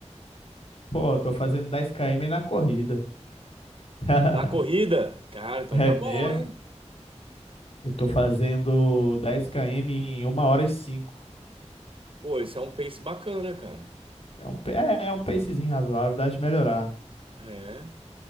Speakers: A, on the left (about 55°); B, on the right (about 50°).
A: Pô, tô fazendo 10 km na corrida. <laughs>
B: Na corrida? Cara, então
A: É
B: tá
A: mesmo?
B: bom, hein?
A: Eu tô fazendo 10 km em uma hora e 5.
B: Pô, isso é um pace bacana, cara.
A: É um, pa- é é um pacezinho razoável, dá de melhorar.
B: É.